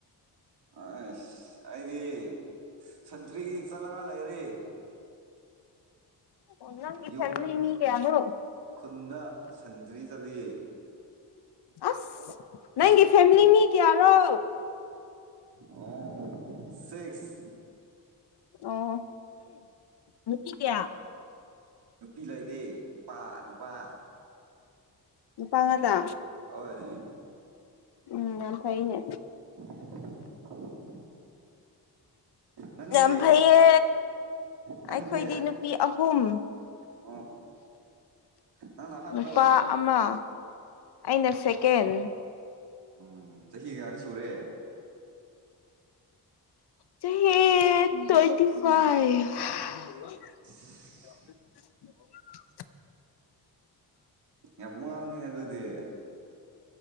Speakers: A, on the right (about 75°); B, on the left (about 75°).
A: ꯑ ꯑꯩꯗꯤ ꯁꯇ꯭ꯔꯤ ꯆꯂꯒꯗꯦ ꯔꯦ
B: ꯑꯣ ꯅꯪꯒꯤ
A: ꯌꯨꯝ
B: ꯐꯦꯃꯤꯂꯤ ꯃꯤ ꯀꯌꯥꯅꯣ
A: ꯈꯨꯟꯅ ꯁꯟꯗ꯭ꯔꯤ ꯆꯠꯂꯤ
B: ꯑꯁ ꯅꯪꯒꯤ ꯐꯦꯃꯤꯂꯤ ꯃꯤ ꯀꯌꯥꯔꯣ
A: ꯑꯣ ꯁꯤꯛꯁ
B: ꯑꯣ ꯃ ꯀ ꯀꯌꯥ
A: ꯄꯤꯂꯥꯏ ꯗꯤ ꯅꯨꯄꯥ ꯅꯨꯄꯥ
B: ꯅꯨꯄꯥ ꯉꯥꯛꯇ
A: ꯍꯅꯦ
B: ꯎꯝ ꯌꯥꯝ ꯐꯩꯅꯦ
A: <inaudible> ꯅꯪꯗꯤ
B: ꯌꯥꯝ ꯐꯩꯌꯦ
A: ꯅꯪꯗꯤ
B: ꯑꯩꯈꯣꯏꯗꯤ ꯅꯨꯄꯤ ꯑꯍꯨꯝ
A: ꯑꯣ ꯅꯪꯅ ꯑꯍꯟꯔꯣ
B: ꯅꯨꯄꯥ ꯑꯃ ꯑꯩꯅ ꯁꯦꯀꯦꯟ
A: ꯎꯝ ꯆꯍꯤ ꯀꯌꯥꯗꯤ ꯁꯨꯔꯦ
B: ꯆꯍꯤ ꯇ꯭ꯋꯦꯟꯇꯤ ꯐꯥꯏꯚ <inaudible>
A: ꯑꯁ ꯌꯥꯝ ꯋꯥꯉꯥꯡꯅꯤ ꯑꯗꯨꯗꯤ